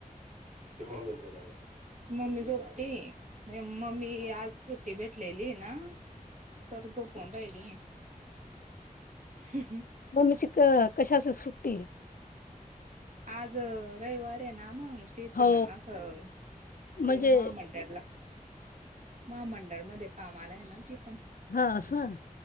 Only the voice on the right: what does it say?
<inaudible> मम्मी झोपती मम्मी आज सुट्टी भेटलेली ना,, तर तो कोदायली. हं हं <unintelligible>
आज रविवारेना म्हणून. ते पण
असं ते
माहामडला. महामंडळ मध्ये कामालाय ना. ती पण.